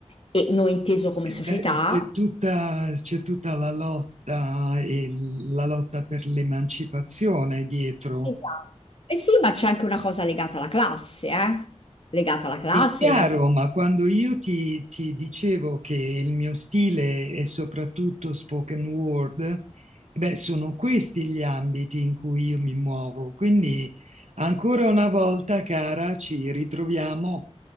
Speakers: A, on the left (about 55°); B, on the right (about 75°).
A: e noi inteso come
B: Eh,
A: società
B: beh, C'è tutta, c'è tutta la lotta e la lotta per l'emancipazione dietro
A: Esatto. Eh sì, ma c'è anche una cosa legata alla classe, eh? Legata alla classe,
B: È chiaro,
A: legata...
B: ma quando io ti, ti dicevo che il mio stile è soprattutto spoken word, beh, sono questi gli ambiti in cui io mi muovo. Quindi, ancora una volta, cara, ci ritroviamo